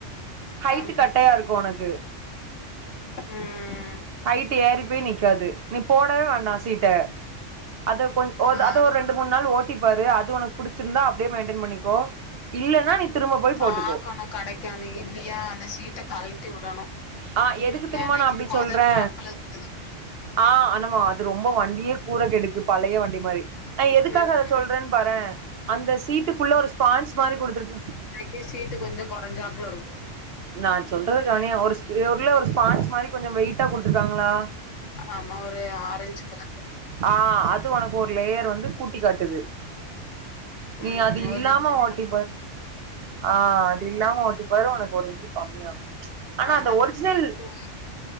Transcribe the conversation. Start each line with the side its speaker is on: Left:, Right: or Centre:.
Right: ஹைட்டு
Left: அப்டி
Right: கட்டையா இருக்கு ஒனக்கு.
Left: ம்
Right: ஹைட்டு ஏறி போய் நிக்காது. நீ போடவே வேண்டா சீட்ட. அது கொஞ் ஓர்
Left: ஆ
Right: த அத ஒரு மூன் நாள் ஓட்டி பாரு. அது ஒனக் புடுச்சுருந்தா அப்டியே மெய்ன்டன் பண்ணிக்கோ. இல்லன்னா நீ திரும்ப போய்
Left: பாக்கணு
Right: போட்டுக்கோ
Left: கடைக்கான்னு இல்லியா அந்த சீ ட்ட கழ்ட்டி விடணு.
Right: ஆ எதுக்கு தெரியுமா
Left: எனக்கு
Right: நா அப்டி
Left: கொதர்னாப்ல
Right: சொல்றே
Left: இருக்குது.
Right: ஆ அனமா அது ரொம்பொ வண்டியே கூர கெடுக்கு பழய வண்டி மாரி. நா எதுக்காக
Left: ம்
Right: அத சொல்றன் பாறே. அந்த சீட்டுக்குள்ள ஒரு ஸ்பான்ச் மாரி குடுத்துருக்கா
Left: எனக்கே சீட்டு கொஞ்சோ கொறஞ்சாப்ல இருக்து.
Right: நா சொல்றது கவுனியே ஒருஸ்பி ஒர்ல ஒரு ஸ்பான்ச்சு மாரி கொஞ்சோ வெயிட்டா குடுத்துர்க்காங்களா?
Left: ஆமா ஒரு ஆரஞ்ச் கல
Right: ஆ அது ஒனக்கு ஒரு லேயர் வந்து கூட்டி காட்டுது. நீ
Left: ம்
Right: அது இல்லாம
Left: ஒரு இன்ச்சு
Right: ஓட்டிப்பார். ஆ அது இல்லாம ஓட்டிப்பாரு ஒனக்கு ஒரு இன்சு கம்மியாகு. ஆனா
Left: அதா
Right: அந்த ஒரிஜினல்
Left: சீட்டு